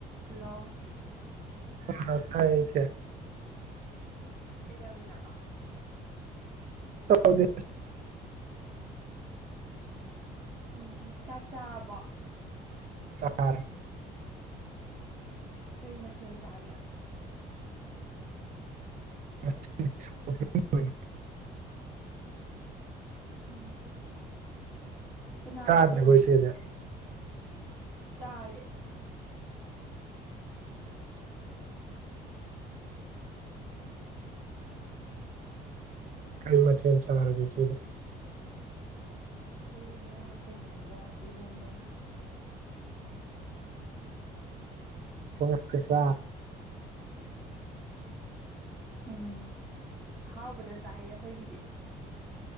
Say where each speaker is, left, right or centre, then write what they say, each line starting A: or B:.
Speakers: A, on the right; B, on the right.
A: hello
B: ꯑꯥ ꯊꯥꯏꯁ
A: ꯀꯩ ꯌꯥꯕꯗ
B: ꯎꯗ
A: ꯎꯝ ꯆꯥꯛ ꯆꯥꯕ
B: ꯆꯔꯦ
A: ꯀꯔꯤ ꯃꯊꯤ ꯍꯧꯖꯒꯦ
B: ꯎ ꯑꯩꯄꯣꯏ
A: ꯎꯝ ꯀꯅꯥꯅ
B: ꯆꯥꯗ꯭ꯔꯤꯕꯣ
A: ꯊꯣꯡꯉꯤꯅꯣ
B: ꯏꯆꯦꯗꯤ
A: ꯁꯥꯔꯦ
B: ꯀꯔꯤ ꯃꯊꯦꯜ ꯆꯥꯔꯒꯦ ꯁꯤꯗ
A: ꯍꯣꯏ ꯊꯣꯡꯕꯒ ꯏꯔꯣꯝꯕꯒ
B: ꯍꯣꯏ ꯀꯁꯥ
A: ꯎꯝ ꯑꯍꯥꯎꯕꯗ ꯆꯥꯏꯌꯦ ꯑꯩꯈꯣꯏꯒꯤꯗꯤ